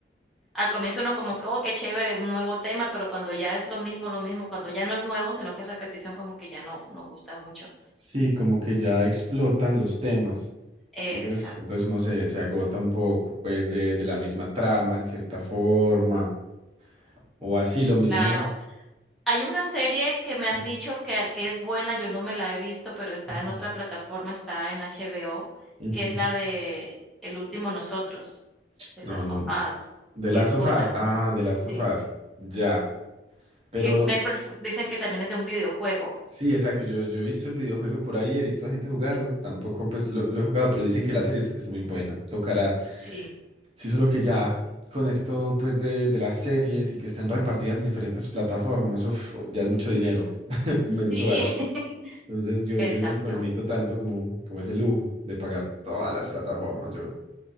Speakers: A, in the centre; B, on the right (about 35°).
A: Al comienzo uno como que: "Oh, qué chévere, un nuevo tema", pero cuando ya es lo mismo, lo mismo, cuando ya no es nuevo, sino que es repetición, como que ya no no gusta mucho.
B: Sí, como que ya explotan los temas.
A: Exacto,
B: Entonces, entonces uno se, se agota un poco, pues, de, de la misma trama en cierta forma, o así lo mismo.
A: claro. Hay una serie que me
B: Sí.
A: han dicho que que es buena, yo no me la he visto, pero está
B: ujú,
A: en otra plataforma, está en HBO,
B: ujú.
A: que es la de El último nosotros, de
B: No,
A: las
B: no.
A: of Us,
B: De
A: que
B: Last
A: es
B: of
A: buena,
B: Us. Ah,
A: me han di
B: de Last
A: sí,
B: of Us. Ya. Pero
A: que
B: no.
A: ven pers dicen que también es de un videojuego.
B: Sí, exacto. Yo, yo he visto el videojuego por ahí, he visto a gente jugarlo. Tampoco, pues, lo, lo he jugado, pero dicen que la serie es, es muy buena. Tocará.
A: Sí,
B: Sí, solo que ya con esto pues de, de las series y que están repartidas en diferentes plataformas, uf, ya es mucho dinero <laughs> mensual.
A: sí, <laughs>
B: Entonces yo,
A: exacto.
B: yo no me permito tanto como, como ese lujo de pagar todas las plataformas. Yo,